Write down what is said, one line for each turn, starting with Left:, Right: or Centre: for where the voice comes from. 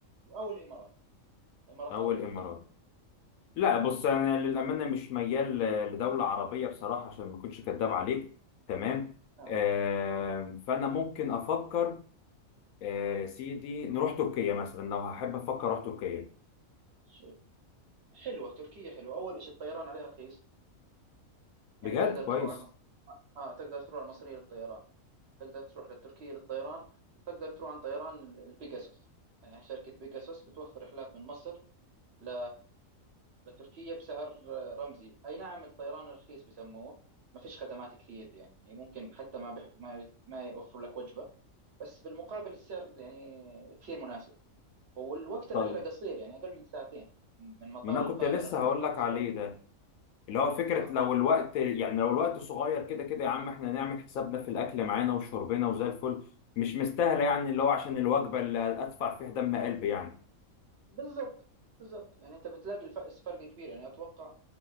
Right: أو الإمارات الإمارات
Left: او
Right: العربية
Left: الامارات
Right: المتحدة
Left: لا
Right: م.
Left: بص انا للامانه مش ميال ل- لدوله عربيه بصراحه عشان ما اكونش كداب عليك تمام
Right: آه
Left: آه فانا ممكن افكر آه سيدي نروح تركيا مثلا لو هحب افكر اروح تركيا
Right: شو حلوة تركيا حلوة أول شيء الطيران عليها رخيص
Left: بجد
Right: يعني تقدر
Left: كويس
Right: تروح على المص... آه تقدر تروح على المصرية للطيران تقدر تروح للتركية للطيران تقدر تروح عن طيران ال- البيجاسوس يعني شركة بيجاسوس بتوفر رحلات من مصر ل... لتركيا بسعر رمزي أي نعم الطيران رخيص بسموه ما فيش خدمات كثير يعني ممكن حتى ما بح... ما ما يوفروا لك وجبة بس بالمقابل السعر يعني كثير مناسب والوقت
Left: طيب
Right: الرحلة قصير يعني أقل من ساعتين من مطار
Left: ما انا
Right: القاهرة
Left: كنت لسه
Right: لمطار
Left: هقول لك
Right: اسطنبول
Left: عليه ده اللي هو فكره
Right: اه
Left: لو الوقت يعني لو الوقت صغير كده كده يا عم احنا نعمل حسابنا في الاكل معانا وشربنا وزي الفل مش مستاهله يعني اللي هو عشان الوجبه اللي ادفع فيها دم قلبي يعني
Right: بالظبط بالظبط يعني انت بتلاقي الفرق فرق كبير يعني اتوقع